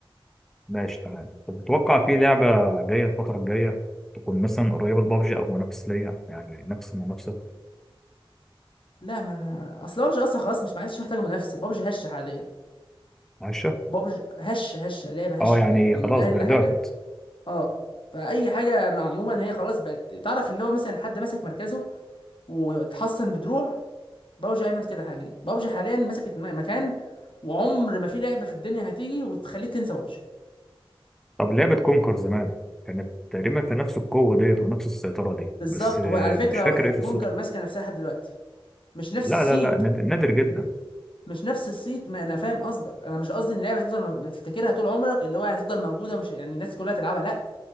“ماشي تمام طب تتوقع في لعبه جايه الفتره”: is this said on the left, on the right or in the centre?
Centre